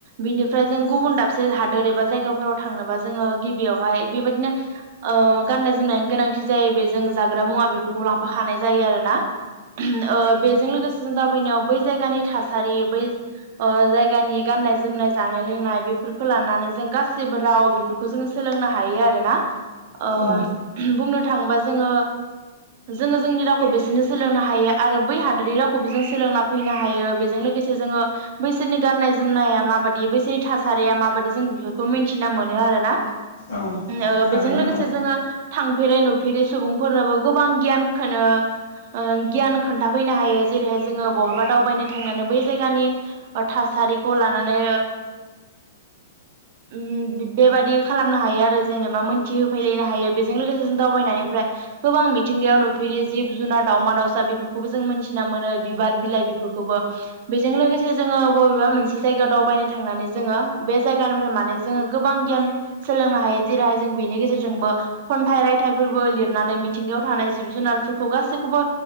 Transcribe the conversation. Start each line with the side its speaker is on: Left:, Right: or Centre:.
Right: बिनिफ्राय जों गुबुन दाबसे हादोर एबा जायगाफोराव थांनोबा जोङो गिबियावहाय बेबायदिनो ओ गाननाय जोमनायनि गोनांथि जायो बे जों जाग्रा मुवा बेफोरखौ लांफाखानाय जायो आरो ना ओ बेजों लोगोसे जों दाबायनायाव बै। जायगानि थासारि बै ओ जायगानि गाननाय जोमनाय जानाय लोंनाय बेफोरखौ लानानै जों गासिबो राव बेफोरखौ जोङो सोलोंनो हायो आरोना। ओ
Left: औ
Right: बुंनो थाङोबा जोङो जोङो जोंनि रावखौ बिसोरनो सोलोंनो हायो आरो बै हादोरनि रावखौबो जों सोलोंना। फैनो हायो बेजों लोगोसे जोङो बैसोरनि गाननाय जोमनाया माबायदि बैसोरनि थासारिया माबायदि जों बेफोर खौ मिथिना मोनो आरो ना।
Left: औ
Right: ओ
Left: थारैनो
Right: बेजों लोगोसे
Left: नंगौ
Right: जोङो थांफेरै फेरै सुबुंफोरनोबो गोबां गियान खोनो ओ गियान खोन्थाफैनो हायो जेरैहाय जोङो बहा बा दावबायनो थांनानै बै जायगानि ओ थासारिखौ लानानै <unintelligible> बेबादि खालामनो हायो आरो जेनेबा मोनथि होफैलायनो हायो बेजों लोगोसे जों दावबायनायनिफ्राय गोबां मिथिंगायाव नुफेरि जिब जुनार दावमा दाउसा बेफोरखौबो जों मोनथिना मोनो बिबार बिलाइ। बेफोरखौबो बेजों लोगोसे जोङो बबेबा मोनसे जायगायाव दावबायनो थांनानै जोङो बे जायगानिफ्राय माने जोङो गोबां गियान सोलोंनो हायो जेरैहाय जों बेनि गेजेरजोंबो खन्थाइ रायथाइफोरबो लिरनानै मिथिंगायाव थानाय जिब जुनारफोरखौ गासैखौबो